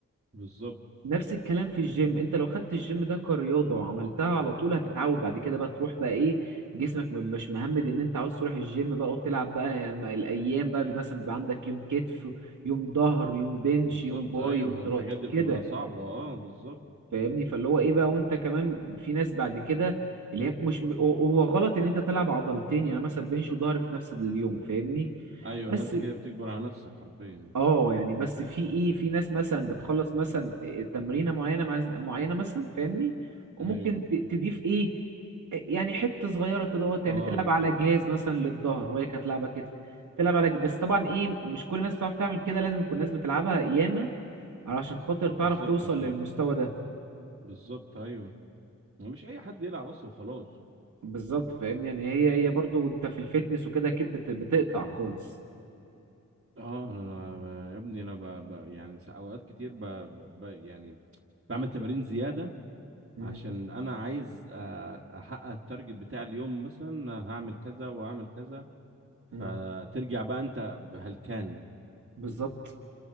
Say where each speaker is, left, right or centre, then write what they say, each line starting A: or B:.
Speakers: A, on the right; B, on the right.
A: بالظبط
B: نفس الكلام في الجيم انت لو خدت الجيم ده كرياضة وعملتها على طول هتتعود بعد كده بقى تروح بقى ايه جسمك مش مهمد ان انت عاوز تروح الجيم بقى وتلعب بقى م- الايام بقى بي- مثلا بيبقى عندك يوم كتف يوم ظهر يوم بنش
A: بالظبط
B: يوم باي
A: ايوه
B: يوم تراي
A: الحاجات دي
B: كده
A: بتبقى صعبه اه بالظبط
B: فاهمني فاللي هو ايه بقى وانت كمان في ناس بعد كده اللي هي مش هو هو غلط ان انت تلعب عضلتين يعني مثلا بنش وظهر في نفس اليوم فاهمني
A: ايوه
B: بس
A: لا انت كده بتكبر على نفسك حرفيا
B: اه يعني بس في ايه في ناس مثلا بتخلص مثلا تمرينه معينه مع معينه مثلا فاهمني وممكن
A: ايوه
B: ت- تضيف ايه يعني حته صغيره كده وقت
A: اه
B: يعني تلعب على جهاز مثلا للظهر وهي كانت لعبه كده تلعب على ج- بس طبعا ايه مش كل الناس بتعرف تعمل كده لازم يكون الناس بتلعبها ياما علشان خاطر
A: بالظبط
B: تعرف توصل
A: عشان
B: للمستوى ده
A: بالظبط ايوه ما مش اي حد يلعب اصلا وخلاص
B: بالظبط فاهمني يعني هي هي برضو انت في الفتنس وكده اكيد بت- بتقطع خالص
A: اه انا أنا- يا ابني انا ب... ب... يعني سا- اوقات كتير ب... ب... ب... يعني بعمل تمارين زياده
B: مم،
A: عشان انا عايز آه، احقق التارجت بتاع اليوم مثلا هعمل كذا وهعمل كذا
B: مم،
A: فترجع بقى انت هلكان
B: بالظبط